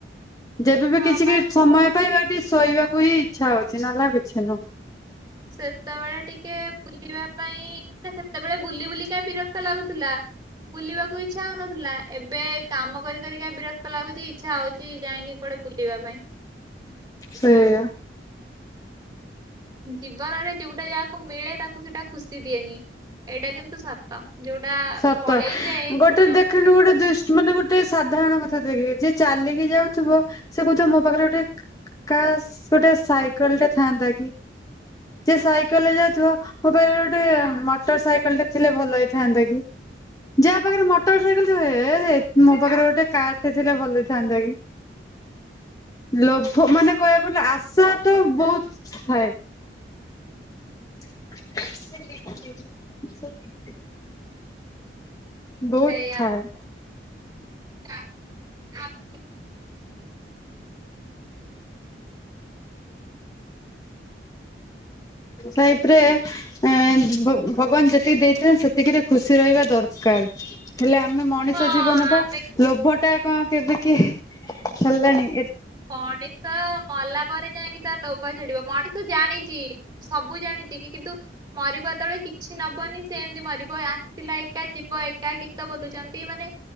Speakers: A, on the left (about 20°); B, on the right (about 25°).
A: ଯେବେ ବି
B: ହଁ
A: କିଛି
B: ବା
A: କି ସମୟ ପାଇବା ଟିକେ ଶୋଇବାକୁ ହିଁ ଇଚ୍ଛା ହଉଛି ନହେଲେ ଆଉ କିଛି ନୁହଁ।
B: ସେତେବେଳେ ଟିକେ ବୁଲିବା ପାଇଁ ସେତେବେଳେ ବୁଲି ବୁଲି କା ବିରକ୍ତ ଲାଗୁଥିଲା। ବୁଲିବାକୁ ଇଚ୍ଛା ହଉନଥିଲା ଏବେ କାମ କରି କରିକି ବିରକ୍ତ ଲାଗୁଛି ଇଛା ହଉଛି ଯାଇକି କୁଆଡେ ବା ପାଇଁ
A: ହୁଁ।
B: ଜୀବନରେ ଯୋଉଟା ଯାହାକୁ ମିଳେ ତାକୁ ସେଇଟା ଖୁସି ଦିଏନି ଏଇଟା କିନ୍ତୁ ସ ତ ଯୋଉଟା
A: ସତ
B: ପଳେଇଯାଏ
A: ଗୋଟେ
B: ହଁ
A: ଦେଖୁନୁ ଗୋଟେ ଦ ମାନେ ଗୋଟେ ସାଧାରଣ କଥା ଦେଖେ ଯିଏ ଚାଲିକି ଯାଉଥିବ ସେ କହୁଥିବ ମୋ ପାଖରେ ଗୋଟେ କାସ୍ ଗୋଟେ ସାଇକେଲ ଟେ ଥାଆନ୍ତା କି? ଯିଏ ସାଇକେଲରେ ଯାଉଥିବ, ମୋ ପାଖରେ ଗୋଟେ ମୋଟର ସାଇକେଲ ଟେ ଥିଲେ ଭଲ ହେଇଥାନ୍ତା କି। ଯାହା ପାଖରେ ମୋଟର ସାଇକେଲ ଟେ ଥିବ ହେ, ମୋ ପାଖରେ ଗୋଟେ କାରଟେ ଥିଲେ ଭଲ ହେଇଥାନ୍ତା କି।
B: <inaudible>
A: ଲୋଭ ମାନେ କହିବାକୁ ଗଲେ ଆଶା ତ ବହୁତ ଥାଏ। <unintelligible> ବହୁତ
B: ସେଇଆ
A: ଥାଏ।
B: <unintelligible>
A: ଲଇଫରେ ଆଁ ଭଗବାନ ଯେତିକି ଦେଇଥିଲେ ସେତିକିରେ ଖୁସି ରହିବା ଦରକାର ହେଲେ ଆମେ ମଣିଷ
B: ହଁ ଆମେ
A: ଜୀବନ ବା ଲୋଭ ଟା କଣ କେବେ କିି ହେଲାଣି
B: ମଣିଷ ମଲା ପରେ ଯାଇକି ତାର ଲୋଭ ଛାଡିବ ମଣିଷ ତ ଜାଣିଛି। ସବୁ ଜାଣିଛି କିନ୍ତୁ ମରିବ ଯେତେବେଳେ କିଛି ନବନି ସେ ଏମିତି ମରିବ। ଆସିଥିଲା ଏକା ଯିବ ଏକା ଗୀତ ବୋଲୁଛନ୍ତି ମାନେ